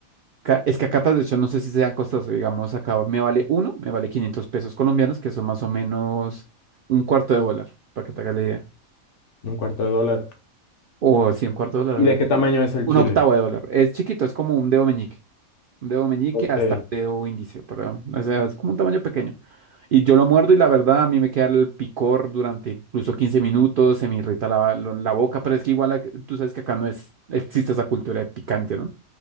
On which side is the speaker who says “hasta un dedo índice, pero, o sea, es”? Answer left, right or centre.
Right